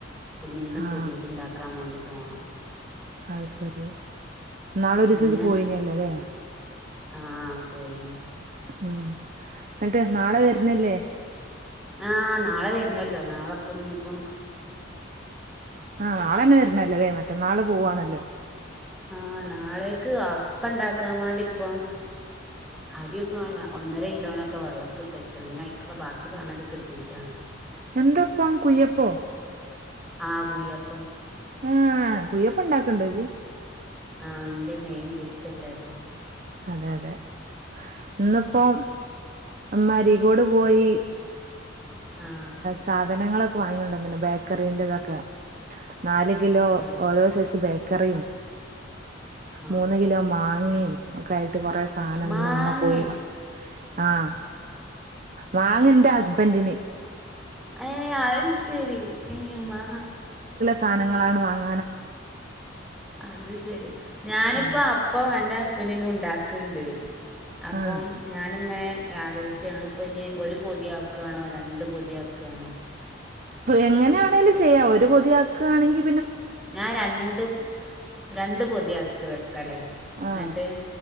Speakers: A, in the centre; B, on the right.
A: അപ്പൊഞ്ഞിന്ന്
B: ആ
A: പുതിയത്ണ്ടാക്കാ മാണ്ടി പോണം.
B: അ ശരി നാളെ ഒരീസം
A: പിന്നെ
B: ജ്ജ് പോയിനല്ലേ ല്ലേ?
A: ആ പോയിനി
B: ഉം ന്നിട്ട് നാളെ വര്ന്ന്ല്ലേ?
A: ആഹ നാളെ വര്ണല്ലോ നാളെപ്പ ഇഞ്ഞിപ്പം
B: ആഹ് നാളന്നെ വര്ണല്ലൊല്ലേ. മറ്റന്നാള് പോവാണല്ലോ.
A: ആ
B: <unintelligible>
A: നാളേക്ക് അപ്പ ഇണ്ടാക്കാൻ വാണ്ടിപ്പം അരി ഒക്കെ ഒന്നര കിലോനൊക്കെ വള്ള ള്ളത്ത്ട്ടച്ച്ണ്. ഞ അയ്ക്ക്ള്ള ബാക്കി സാധനൊക്കെ കിട്ടിയിട്ടാണം.
B: എന്തപ്പം കുയ്യപ്പോ?
A: ആ കുയ്യപ്പം.
B: ആഹ കുയ്യപ്പ ഇണ്ടാക്ക്ണ്ടോ ജ്ജ്?
A: ആഹ ന്റെ മെയിൻ ഡിഷല്ലേ അത്.
B: അതെ അതെ. ഇന്ന്പ്പോ
A: അത്
B: മ്മ അരീക്കോട് പോയി.
A: ആ
B: സാധനങ്ങളൊക്കെ വാങ്ങിയൊണ്ട ന്ന്ണ്. ബേക്കറീന്റെ ഇതൊക്കെ. നാല് കിലോ
A: ഏ
B: ഓരോ സൈസ് ബേക്കറിം.
A: ആ
B: മൂന്ന് കിലോ മാങ്ങിം ഒക്കെ ആയിട്ട് കൊറെ സാധനം
A: മാങ്ങേ
B: ന്ന്മ്മ പോയി വാങ്ങി ആഹ വാങ്ങ
A: മാ
B: ന്റെ ഹസ്ബൻറിന്.
A: ഏ അയ് ശരി ഏ മാ
B: സാനങ്ങളാണ് വാങ്ങ
A: അത് ശെരി ഞാനിപ്പോ
B: ഉം
A: അപ്പ എന്റെ ഹ ഹസ്ബൻഡിനും ഉണ്ടാക്ക്ണ്ട്. അപ്പം
B: ആഹ്
A: ഞാന്ങ്ങനെ ആലോയ്ച്ചാണ് ഇപ്പൊഞ്ഞ് ഒരു പൊതിയാക്കാണോ രണ്ട് പൊതിയാക്കാണോ
B: എങ്ങനെയാണെലും ചെയ്യാം. ഒരു പൊതിയാക്കാണെങ്കി
A: ഞാൻ രണ്ട് രണ്ട് പൊതിയാക്ക് വെ ക്കല്ലേ.
B: ആഹ്
A: ന്നിട്ട്